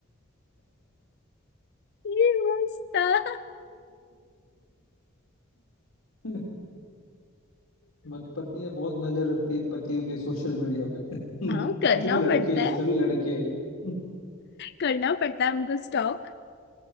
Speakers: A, on the left; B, on the left.
A: ये मस्त था
B: <laughs> बट पत्नी बहुत नजर रखती है पतियों के सोशल मीडिया पे <laughs>
A: हाँ करना
B: एक्चुअली लड़कियां
A: पड़ता
B: ही
A: है
B: सभी लड़कियां ही <laughs>
A: करना पड़ता है हमको स्टॉक